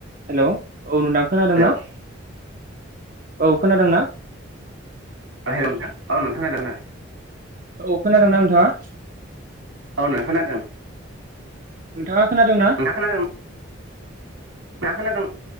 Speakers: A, on the right; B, on the right.
A: Hello! औ नोंथाङा खोनादों
B: हेलौ
A: ना? औ खोनादों ना?
B: बाहेराव नोंथां <unintelligible>
A: औ खोनादोंना नोंथाङा?
B: औ नों खोनादों।
A: नोंथाङा खोनादों ना?
B: खोनादों। ना खोनादों।